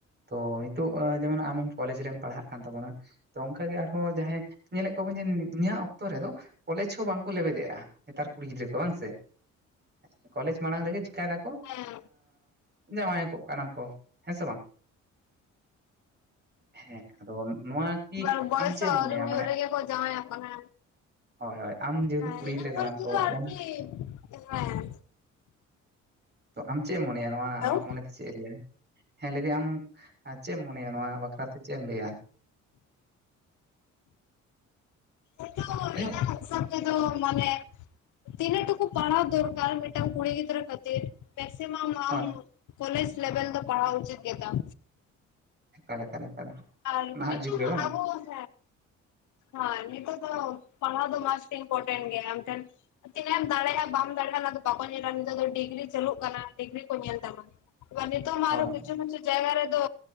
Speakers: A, on the right; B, on the left.
A: ᱛᱚ ᱱᱤᱛᱚᱜ ᱡᱮᱢᱚᱱ ᱟᱢ ᱠᱚᱞᱮᱡᱽ ᱨᱮᱢ ᱯᱟᱲᱦᱟᱜ ᱠᱟᱱ ᱛᱟᱵᱚᱱᱟ ᱛᱚ ᱚᱱᱠᱟ ᱜᱮ ᱟᱨᱦᱚᱸ ᱡᱟᱦᱟᱸᱭ ᱧᱮᱞᱮᱫ ᱠᱚᱣᱟᱵᱚᱱ ᱡᱮ ᱱᱤᱭᱟᱹᱜ ᱚᱠᱛᱚ ᱨᱮᱫᱚ ᱠᱚᱞᱮᱡᱽ ᱦᱚᱸ ᱵᱟᱝᱠᱚ ᱞᱮᱵᱮᱫ ᱮᱫᱟ᱾ ᱱᱮᱛᱟᱨ ᱠᱩᱲᱤ ᱜᱤᱫᱽᱨᱟᱹ ᱠᱚ ᱵᱟᱝ ᱥᱮ <unintelligible> ᱠᱚᱞᱮᱡᱽ ᱢᱟᱲᱟᱝ ᱨᱮᱜᱮ ᱪᱤᱠᱟᱭ ᱮᱫᱟᱠᱚ
B: ᱦᱮᱸ
A: ᱡᱟᱶᱟᱭ ᱠᱚᱜ ᱠᱟᱱᱟ ᱠᱚ ᱦᱮᱸ ᱥᱮ ᱵᱟᱝ <unintelligible> ᱦᱮᱸ ᱟᱫᱚ ᱱᱚᱣᱟ ᱠᱤ
B: ᱦᱮᱸ ᱵᱚᱭᱮᱥ
A: ᱟᱢ ᱪᱮᱫ
B: ᱦᱚᱸ
A: ᱮᱢ ᱢᱚᱱᱮᱭᱟ?
B: ᱟᱹᱣᱨᱤ ᱦᱩᱭᱩᱜ
A: ᱢᱟᱱᱮ
B: ᱨᱮᱜᱮ ᱠᱚ ᱡᱟᱶᱟᱭᱚᱜ ᱠᱟᱱᱟ
A: ᱦᱳᱭ ᱦᱳᱭ ᱟᱢ ᱡᱮᱦᱮᱛᱩ
B: ᱦᱮᱸ
A: ᱠᱩᱲᱤ
B: ᱤᱧᱟᱹᱜ
A: ᱜᱤᱫᱽᱨᱟᱹ
B: ᱢᱚᱱᱮ
A: ᱠᱟᱱᱟᱢ
B: ᱛᱮᱫᱚ
A: ᱛᱚ
B: ᱟᱨ
A: ᱚᱱᱟ
B: ᱠᱤ, <unintelligible> ᱦᱮᱸ᱾
A: ᱛᱚ ᱟᱢ ᱪᱮᱫ ᱮᱢ ᱢᱚᱱᱮᱭᱟ ᱱᱚᱣᱟ
B: ᱦᱮᱞᱳ
A: ᱟᱢᱟᱜ ᱢᱚᱱᱮᱛᱮ ᱪᱮᱫ ᱮ ᱞᱟᱹᱭᱟ? ᱦᱮᱸ ᱞᱟᱹᱭ ᱮᱫᱟᱹᱧ ᱟᱢ ᱪᱮᱫ ᱮᱢ ᱢᱚᱱᱮᱭᱟ ᱱᱚᱣᱟ ᱵᱟᱠᱷᱨᱟ ᱛᱮ ᱪᱮᱫ ᱮᱢ ᱞᱟᱹᱭᱟ?
B: ᱱᱤᱛᱚᱜ
A: <unintelligible>
B: ᱤᱧᱟᱹᱜ <unintelligible> ᱢᱟᱱᱮ ᱛᱤᱱᱟᱹᱜ ᱴᱩᱠᱩ ᱯᱟᱲᱦᱟᱣ ᱫᱚᱨᱠᱟᱨ ᱢᱤᱫᱴᱟᱝ ᱠᱩᱲᱤ ᱜᱤᱫᱽᱨᱟᱹ ᱠᱷᱟᱹᱛᱤᱨ ᱢᱮᱠᱥᱤᱢᱟᱢ
A: ᱦᱳᱭ
B: ᱟᱢ ᱠᱚᱞᱮᱡᱽ ᱞᱮᱵᱮᱞ ᱫᱚ ᱯᱟᱲᱦᱟᱣ ᱩᱪᱤᱛ ᱜᱮᱛᱟᱢ᱾
A: ᱮᱠᱟᱞ ᱮᱠᱟᱞ ᱮᱠᱟᱞ᱾
B: ᱟᱨ ᱢᱤᱫ
A: ᱱᱟᱦᱟᱜ
B: ᱴᱟᱝ,
A: ᱡᱩᱜᱽ ᱨᱮ ᱵᱟᱝ
B: ᱟᱵᱚ ᱦᱮᱸ ᱦᱮᱸ ᱱᱤᱛᱚᱜ ᱫᱚ ᱯᱟᱲᱦᱟᱣ ᱫᱚ ᱢᱟᱥᱴ ᱤᱱᱯᱚᱴᱮᱱᱴ ᱜᱮ ᱟᱢ ᱴᱷᱮᱱ ᱛᱤᱱᱟᱹᱜ ᱮᱢ ᱫᱟᱲᱮᱭᱟᱜᱼᱟ ᱵᱟᱢ ᱫᱟᱲᱮᱭᱟᱜᱼᱟ ᱚᱱᱟᱫᱚ ᱵᱟᱠᱚ ᱧᱮᱞᱟ ᱱᱤᱛᱚᱜ ᱫᱚ ᱰᱤᱜᱽᱨᱤ ᱪᱟᱹᱞᱩᱜ ᱠᱟᱱᱟ ᱰᱤᱜᱽᱨᱤ ᱠᱚ ᱧᱮᱞ ᱛᱟᱢᱟ᱾ ᱱᱤᱛᱚᱜ ᱢᱟ
A: ᱦᱳᱭ
B: ᱟᱨᱚ
A: ᱦᱳᱭ
B: ᱠᱤᱪᱷᱩ ᱠᱤᱪᱷᱩ ᱡᱟᱭᱜᱟ ᱨᱮᱫᱚ